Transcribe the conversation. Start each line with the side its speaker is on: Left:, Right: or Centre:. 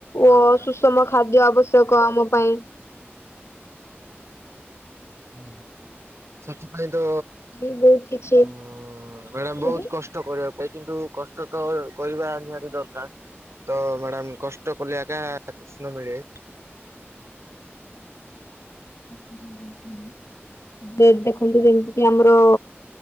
Left: ଓ
Right: ହଁ ମ୍ୟାଡ଼ାମ
Left: ସୁଷମ ଖାଦ୍ୟ ଆବଶ୍ୟକ। ଆବଶ୍ୟକ ଆମ ପାଇଁ।
Right: ହୁଁ ସେଥିପାଇଁ ତ
Left: ଏ ବହୁତ କିଛି
Right: ମ୍ୟାଡ଼ାମ ବହୁତ
Left: ଆଜ୍ଞା।
Right: କଷ୍ଟ କଷ୍ଟ କରିବା ପାଇଁ କିନ୍ତୁ କଷ୍ଟ ତ କରିବା ନିହାତି ଦରକାର ତ ମ୍ୟାଡ଼ାମ କଷ୍ଟ କଷ୍ଟ କଲେ ଆକା କୃଷ୍ଣ ମିଳେ।
Left: <unintelligible> ଯେ ଦେଖନ୍ତୁ ଯେମିତି ଆମର।